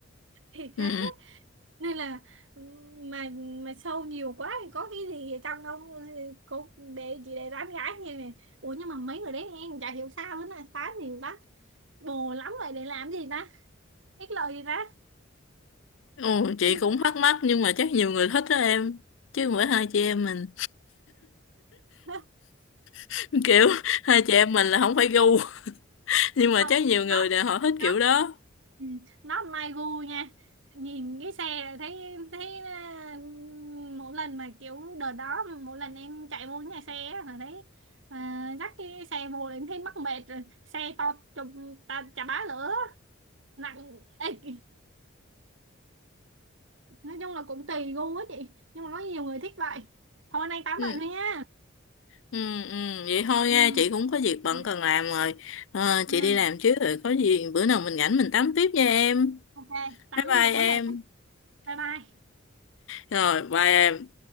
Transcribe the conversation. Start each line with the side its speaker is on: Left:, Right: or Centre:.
Right: thì
Left: Ừ.
Right: thế nên là ừ, mà mà sâu nhiều quá thì có cái gì ở trong đâu cô để chị để tán gái như này ủa nhưng mà mấy người đấy em chả hiểu sao nữa là tán thì tán bồ lắm vậy để làm gì ta ích lợi gì ta
Left: Ồ, chị
Right: chinh
Left: cũng
Right: phục
Left: thắc
Right: à?
Left: mắc nhưng mà chắc nhiều người thích đó em chứ mỗi hai chị em mình
Right: <laughs>
Left: <laughs> kiểu hai chị em mình là không phải gu <laughs> nhưng mà
Right: không
Left: chắc nhiều người
Right: nó
Left: là họ thích
Right: nó
Left: kiểu đó
Right: ừ, nó mai gu nha nhìn cái xe thấy thấy à, mỗi lần mà kiểu đợt đó mỗi lần em chạy vô nhà xe á, là thấy à, dắt cái xe vô là em thấy mắc mệt rồi xe to chùm ta chà bá lửa nặng Ê, nói chung là cũng tùy gu á chị nhưng mà có nhiều người thích vậy thôi nay tám
Left: Ừ.
Right: vậy thôi nha
Left: ừ, ừ, vậy thôi
Right: ừ
Left: nha chị cũng có việc bận
Right: ừ
Left: cần làm rồi Ờ,
Right: ừ
Left: chị đi làm trước rồi có gì bữa nào mình rảnh mình tám tiếp nha em
Right: ok tám
Left: bye
Right: gì
Left: bye
Right: cũng có
Left: em
Right: mệt lắm. bye bye
Left: rồi bye em